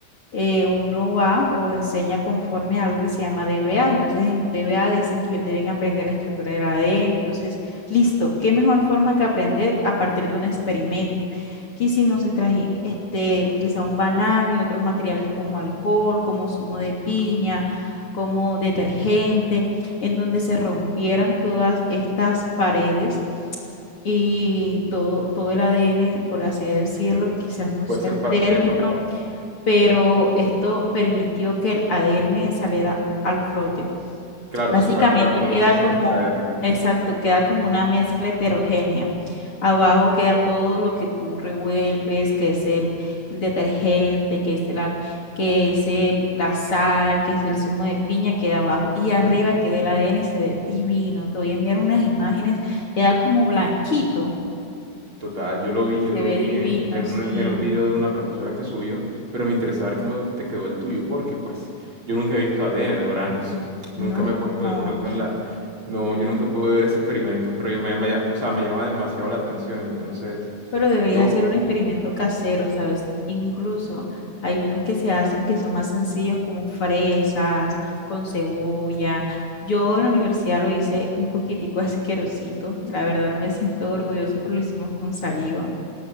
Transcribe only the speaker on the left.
eh, uno va o enseña conforme a algo que se llama DBA. Entonces, en los DBA dicen que ellos deben aprender la estructura del ADN. Entonces, listo, ¿qué mejor forma que aprender a partir de un experimento? ¿Qué hicimos? Extraji- este, utilizamos banano y otros materiales como alcohol, como zumo de piña, como detergente, en donde se rompieran todas estas paredes y todo, todo el ADN, por así decirlo, quizás no
sea
el término,
pero esto permitió que el ADN saliera al flote.
Básicamente
queda
como,
exacto, queda como una mezcla heterogénea. Abajo queda todo lo que tú revuelves, que es el, el detergente, que es el, al- que es el, la sal, que es el zumo de piña, queda abajo. Y arriba queda el ADN y se ve divino. Te voy a enviar unas imágenes, queda como blanquito.
y
Se
ve
divino,
sí.
No.
Pero deberías
hacer un experimento casero, ¿sabes? Incluso hay unos que se hacen que son más sencillos, como fresas, con cebolla. Yo en la universidad lo hice un poquitico <laughs> asquerosito. La verdad no me siento orgulloso, pero lo hicimos con saliva.